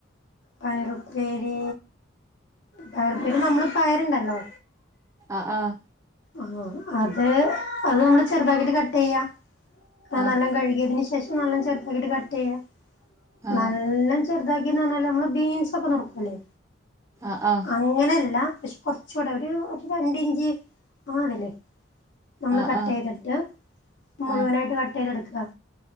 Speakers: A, on the left; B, on the right.
A: പയറുപ്പേരി പയറുപ്പേരി നമ്മള് പയരുണ്ടല്ലോ
B: ആഹ് ആഹ്
A: ഓഹ് അത് അത് നമ്മള് ചെറുതാക്കിട്ട് കട്ട് ചെയ്യാ
B: ആ
A: നല്ല കഴുകിയതിന് ശേഷം നല്ല ചെറുതാക്കിട്ട് കട്ട് ചെയ്യ
B: ആ
A: നല്ല ചെുതാക്കിന്ന് പറഞ്ഞാൽ നമ്മള് ബീൻസ് ഒക്കെ നറുക്കൂലേ
B: ആഹ് ആഹ്
A: അങ്ങനയല്ല പക്ഷെ കൊറച്ച് കൂടെ ഒരു ഒരു രണ്ടിഞ്ച് ആഹ് അതല്ലേ നമ്മൾ
B: ആ
A: കട്ട്
B: ആ
A: ചെയ്തിട്ട് മുഴുവനായിട്ട്
B: ആ
A: കട്ട് ചെയ്തെടുക്കുക